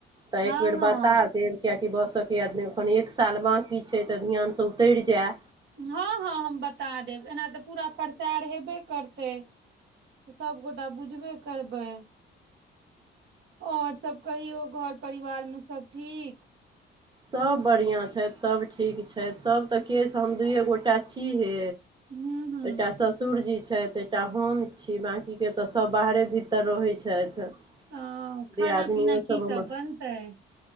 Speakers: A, on the right; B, on the right.
A: तऽ
B: हँ
A: एक बेर
B: हँ
A: बता देब किएकि बसके यद एखन एक साल बाँकी छै। तऽ ध्यानसँ उतरि जाय
B: हँ, हँ, हम बता देब एना तऽ पूरा प्रचार हेबे करतै। त सभगोटा बुझबे करबै और सभ कहियौ घर परिवार मे सभ ठीक
A: सभ बढ़िआँ छथि, सभ ठीक छथि, सभ तऽ केश हम दुइए गोटा छी हे।
B: हूँ हूँ
A: एकटा ससुर जी छै। एकटा हमम छी, बाँकी के तऽ सभ बाहरे भीतर रहैत छथि
B: अ
A: दियादनियो
B: खाना पीना
A: सब
B: कि
A: हमर
B: सभ बनतै